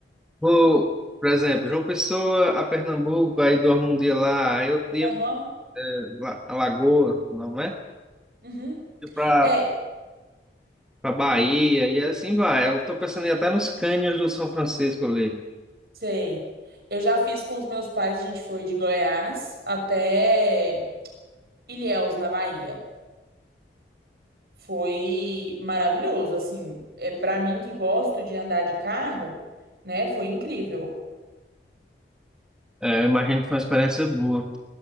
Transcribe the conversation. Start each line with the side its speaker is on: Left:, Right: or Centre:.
Centre: vou, por exemplo, João Pessoa a Pernambuco, aí dormo um dia lá, aí outro dia
Right: Aham.
Centre: lá- a Lagoa, não é?
Right: Uhum.
Centre: Para
Right: É,
Centre: para Bahia, e assim vai. Eu estou pensando em ir até nos cânions do São Francisco ali.
Right: sei. Eu já fiz com os meus pais, a gente foi de Goiás até Ilhéus, na Bahia. Foi maravilhoso, assim, é para mim que gosto de andar de carro, né? Foi incrível.
Centre: É, eu imagino que foi uma experiência boa.